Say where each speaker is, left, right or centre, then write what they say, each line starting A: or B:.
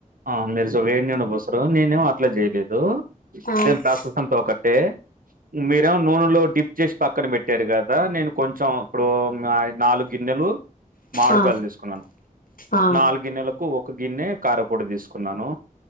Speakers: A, on the right (about 80°); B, on the left (about 80°).
A: ఆ మీరు సు వేడి నూనె పోస్తారు నేనేమో అట్లా చేయలేదు
B: ఆ
A: సేమ్ ప్రాసెస్ అంతా ఒకటే మీరేమో నూనెలో డిప్ చేసి పక్కన పెట్టారు కదా నేను కొంచెం ఇప్పుడు నాలుగు గిన్నెలు మాడుకాయలు
B: ఆ
A: తీసుకున్నాను
B: ఆ
A: నాలుగు గిన్నెలకు ఒక గిన్నె కారపొడి తీసుకున్నాను